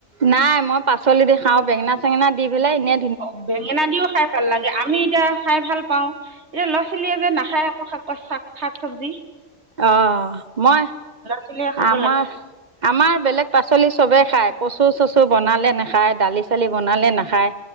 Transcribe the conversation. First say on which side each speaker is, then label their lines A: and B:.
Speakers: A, on the right; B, on the right.
A: নাই মই পাচলি দি খাওঁ বেঙেনা চেঙেনা দি পেলাই ইনে
B: অ', বেঙেনা দিও খাই ভাল লাগে আমি এতিয়া খাই ভাল পাওঁ এতিয়া ল'ৰা ছোৱালীয়ে যে নাখায় আকৌ শাক <unintelligible> শাক চব্জি
A: অ', অ', মই
B: ছোৱালীয়ে খাব
A: আমা
B: লাগে
A: আমাৰ বেলেগ পাচলি চবে খায় কচু চচু বনালে নাখায়, দালি চালি বনালে নাখায়